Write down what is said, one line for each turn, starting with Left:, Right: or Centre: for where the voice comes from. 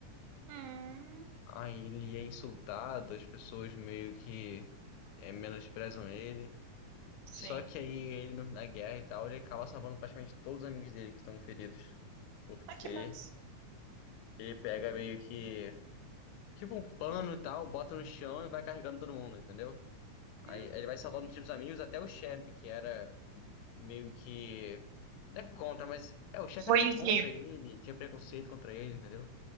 Right: hum,
Left: Aí ele é insultado, as pessoas meio que é, menosprezam ele.
Right: sim.
Left: Só que aí ele, no- na guerra e tal, ele acaba salvando praticamente todos os amigos dele que estão feridos. Porque
Right: Ah, que massa.
Left: ele pega meio que tipo um pano e tal, bota no chão e vai carregando todo mundo, entendeu? Aí
Right: Hum,
Left: ele vai salvando
Right: hum.
Left: os tipos amigos, até o chefe, que era meio que. Não é contra, mas. É, o chefe
Right: Ruinzinho.
Left: era meio contra ele, tinha preconceito contra ele, entendeu?